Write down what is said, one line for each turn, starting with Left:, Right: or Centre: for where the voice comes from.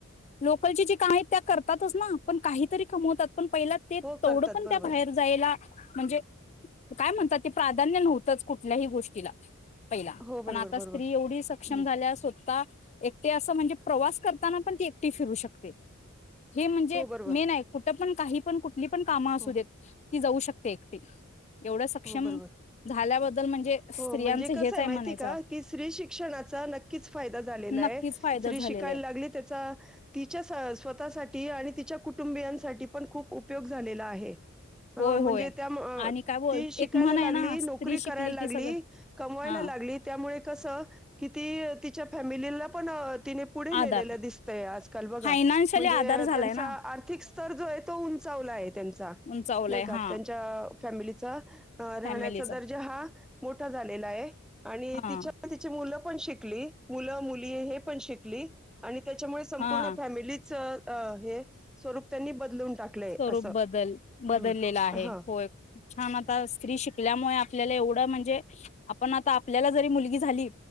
Left: लोकलची जी काम आहेत त्या करतातच ना पण काहीतरी कमवतात. पण पहिला ते तेवढं
Centre: हो करतात
Left: पण
Centre: बरोबर
Left: त्या बाहेर जायला म्हणजे काय म्हणतात ते प्राधान्य नव्हतंच. कुठल्याही गोष्टीला पहिला
Centre: हो
Left: पण
Centre: बरोबर
Left: आता स्त्री
Centre: बरोबर
Left: एवढी सक्षम
Centre: हम्म
Left: झाल्या स्वतः एकटे असं म्हणजे प्रवास करताना पण ती एकटी फिरू शकते. हे म्हणजे
Centre: हो बरोबर
Left: मी नाही कुठ पण काही पण कु कुठली पण कामं असू
Centre: हो
Left: देत ती जाऊ शकते एकटी एवढं
Centre: हो
Left: सक्षम
Centre: बरोबर
Left: झाल्याबद्दल म्हणजे स्त्रियांच
Centre: हो म्हणजे कसय
Left: हेच आहे
Centre: माहिती
Left: म्हणायचं
Centre: का की स्त्री शिक्षणाचा नक्कीच फायदा झालेला
Left: नक्कीच
Centre: आहे.
Left: फायदा
Centre: स्त्री
Left: झालेला
Centre: शिकायला
Left: आहे
Centre: लागली त्याचा तिच्या स्वतःसाठी आणि तिच्या कुटुंबियांसाठी पण खूप उपयोग झालेला आहे. ह
Left: होय
Centre: म्हणजे
Left: होय
Centre: त्या
Left: आणि काय बोल
Centre: शिकायला
Left: एक म्हण
Centre: लागली,
Left: आहे ना स्त्री
Centre: नोकरी
Left: शिकली
Centre: करायला लागली,
Left: की सगळं
Centre: कमवायला
Left: हा
Centre: लागली त्यामुळे कसं, की ती तिच्या फॅमिली <unintelligible> पण <unintelligible> तिने पुढे नेलेल
Left: आधार
Centre: दिसतय आजकाल बघा
Left: फायनान्शियली
Centre: म्हणजे
Left: आधार झालाय
Centre: त्यांचा
Left: ना
Centre: आर्थिकस् तर जो आहे तो उंचावला आहे. त्यांचा
Left: उंचावलाय
Centre: नई का
Left: हा
Centre: त्यांच्या फॅमिलीचा अ राहण्याचा
Left: फॅमिलीचा
Centre: दर्जा हा मोठा झालेला आहे. आणि
Left: हा
Centre: तिच्या <unintelligible> तिची मुलं पण शिकली, मुल मुली हे पण शिकली आणि त्याच्यामुळे संपूर्ण
Left: हा
Centre: फॅमिलीच अ हे स्वरूप त्यांनी बदलून टाकलंय
Left: स्वरूप
Centre: असं
Left: बदल बदललेल
Centre: हम्म
Left: आहे,
Centre: हा
Left: होय हा ना ता स्त्री शिकल्यामुळे आ पल्याला एवढं म्हणजे आपण आता आपल्याला जरी मुलगी झाली,